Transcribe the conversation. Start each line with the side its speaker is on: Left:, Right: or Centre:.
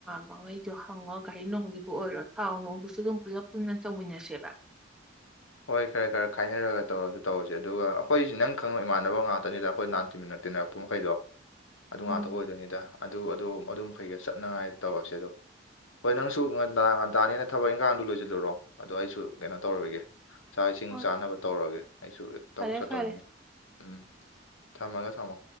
Centre: ꯃꯥꯟꯩ ꯁꯨ ꯍꯪꯉꯣ ꯘꯔꯤ ꯅꯨꯡꯒꯤꯕꯨ ꯑꯣꯏꯔꯣ ꯊꯥꯎ ꯅꯨꯡꯕꯨꯁꯨ ꯑꯗꯨꯝ ꯄꯨꯂꯞ ꯄꯨꯟꯅ ꯆꯧꯃꯤꯟꯅꯁꯦꯕ
Left: ꯍꯣꯏ ꯈꯔ ꯈꯔ ꯈꯥꯏꯅꯔꯒ ꯇꯧꯔꯁꯨ ꯇꯧꯔꯁꯦ ꯑꯗꯨꯒ ꯑꯩꯈꯣꯏꯁꯤ ꯅꯪ ꯈꯪꯉꯕ ꯏꯃꯥꯟꯅꯕ ꯉꯥꯛꯇꯅꯤꯗ ꯑꯩꯈꯣꯏ ꯅꯥꯟ ꯇꯤꯃꯤꯟꯅꯦ ꯇꯤꯟꯅꯔꯛꯄ ꯃꯈꯩꯗꯣ ꯑꯗꯨ
Centre: ꯎꯝ
Left: ꯉꯥꯛꯇꯕꯨ ꯑꯣꯏꯗꯣꯏꯅꯤꯗ ꯑꯗꯨ ꯑꯗꯣ ꯑꯗꯨꯝ ꯃꯈꯩꯀ ꯆꯠꯅꯉꯥꯏ ꯇꯧꯔꯁꯦ ꯑꯗꯣ ꯍꯣꯏ ꯅꯪꯁꯨ ꯉꯟ ꯉꯟꯇꯥꯅꯤꯅ ꯊꯕꯛ ꯏꯟꯈꯥꯡꯗꯨ ꯂꯣꯏꯁꯤꯜꯂꯨꯔꯣ ꯑꯗꯣ ꯑꯩꯁꯨ ꯀꯩꯅꯣ ꯇꯧꯔꯣꯏꯒꯦ ꯆꯥꯛ ꯏꯁꯤꯡ
Centre: ꯍꯣꯏ
Left: ꯆꯥꯅꯕ ꯇꯧꯔꯒꯦ ꯑꯩꯁꯨ ꯊꯕꯛ
Centre: ꯐꯔꯦ
Left: ꯆꯠꯇꯧꯅꯤꯅ
Centre: ꯐꯔꯦ
Left: ꯎꯝ ꯊꯝꯃꯒꯦ ꯊꯝꯃꯣ